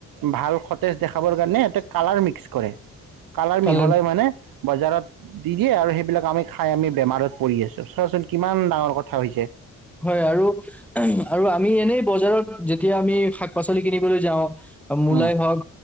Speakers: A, on the right; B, in the centre.
A: ভাল সতেজ দেখাবৰ কাৰণে এটা কালাৰ মিক্স কৰে। কালাৰ
B: কাৰণ
A: মিহলাই মানে। বজাৰত দি দিয়ে আৰু সেইবিলাক আমি খাই আমি বেমাৰত পৰি আছোঁ। চোৱাচোন কিমান ডাঙৰ কথা। কথা হৈছে।
B: হয়, আৰু-আৰু আমি এনেই বজাৰত যেতিয়া আমি শাক পাচলি কিনিবলৈ যাওঁ। মূলাই
A: উম,
B: হওক